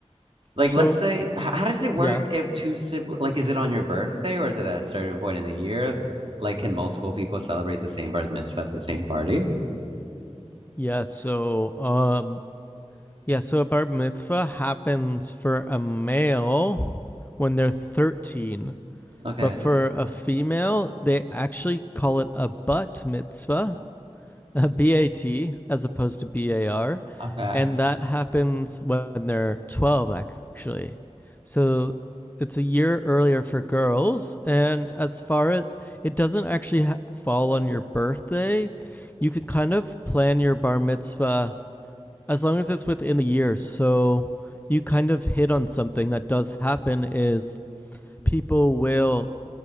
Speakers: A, on the right (about 50°); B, on the left (about 15°).
A: Like,
B: So
A: let's say, h- how does it work
B: yeah,
A: if two siblings, like, is it on your birthday or is it at a certain point in the year? Like, can multiple people celebrate the same bar mitzvah at the same party?
B: yeah. So um, yeah. So a bar mitzvah happens for a male when they're thirteen,
A: Okay.
B: but for a female, they actually call it a butt mitzvah, <laughs> uh, BAT as opposed to BAR,
A: Okay.
B: and that happens when they're 12 actually. So it's a year earlier for girls, and as far as it doesn't actually ha- fall on your birthday, you can kind of plan your bar mitzvah as long as it's within the year. So you kind of hit on something that does happen is people will